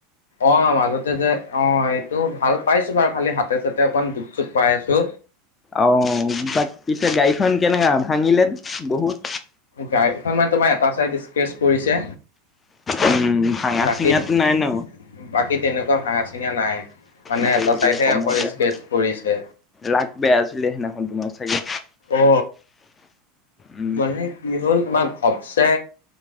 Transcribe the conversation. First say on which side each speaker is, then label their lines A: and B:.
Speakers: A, on the left; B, on the left.
A: অ মাজতে যে অ এইটো ভাল পাইছো বাৰু খালি হাতে চাতে অকণ দুপ চুপ পাই আছো
B: অ তাক পিছে গাড়ীখন কেনেকা ভাঙিলে বহুত?
A: গাড়ীখন মানে তোমাৰ এটা চাইড স্কেটচ পৰিছে
B: উম ভাঙা
A: বাকীত
B: চিঙাটো নাই ন।
A: বাকী তেনেকুৱা ভাঙা চিঙা নাই মানে
B: ভালে
A: এটা
B: দিয়া
A: চাইডহে
B: কমতে
A: অকল স্কেচ
B: হ'ল
A: পৰিছে
B: লাক বেয়া আছিলে সেইদিনাখন তোমাৰ চাগে
A: অ
B: উম।
A: মানে কি হ'ল তোমাৰ সবচে